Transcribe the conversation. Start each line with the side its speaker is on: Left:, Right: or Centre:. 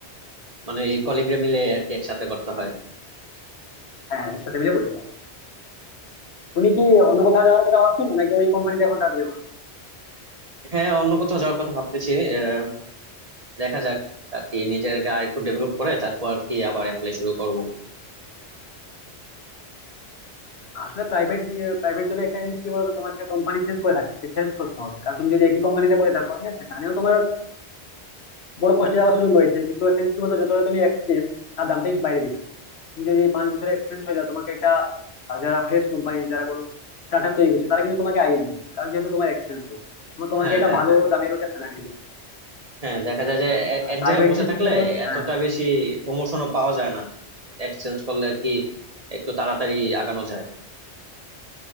Right: মানে এই কলিগরা মিলে আর কি একসাথে করতে হয়
Left: হ্যাঁ একসাথে মিলে করি তুমি কি অন্য কোথাও যাওয়ার কথা ভাবছো না নাকি ওই কোম্পানিতে এখন থাকবে
Right: হ্যাঁ অন্য কোথাও যাওয়ার কথা ভাবতেছি আহ, দেখা যাক আর কি নিজেকে আর একটু ডেভেলপ করে তারপর আর কি আবার অ্যাপ্লাই শুরু করব
Left: আসলে প্রাইভেট প্রাইভেট জবে একটা জিনিস কি বলতো তোমাকে কোম্পানি চেঞ্জ করে থাকতে চেঞ্জ করতে হবে কারণ তুমি যদি একই কোম্পানিতে করে থাকো হ্যাঁ সেখানেও তোমার বড় পোস্টে যাওয়ার সুযোগ রয়েছে কিন্তু একটা জিনিস কি বলতো যতটা তুমি এক্সপিরিয়েন্স তার দামটাই বাইরে বেশি তুমি যদি এই পাঁচ বছরের এক্সপিরিয়েন্স হয়ে যাও তোমাকে একটা আহ, যারা ফ্রেশ কোম্পানি যারা কোনো স্টার্ট আপ তৈরি করছে তারা কিন্তু তোমাকে আগে নিবে কারণ যেহেতু তোমার এক্সপিরিয়েন্স রয়েছে তোমার তোমাকে
Right: হ্যাঁ
Left: একটা
Right: হ্যাঁ
Left: ভালো
Right: হ্যাঁ
Left: দামের ওটা স্যালারি দিবে
Right: হ্যাঁ দেখা যায় যে এক
Left: আর
Right: এক
Left: প্রাইভেট
Right: জায়গায় বসে
Left: জিনিসে
Right: থাকলে
Left: কি বলো
Right: এতটা
Left: হ্যাঁ
Right: বেশি প্রমোশনও পাওয়া যায় না এক্সচেঞ্জ করলে আর কি একটু তাড়াতাড়ি আগানো যায়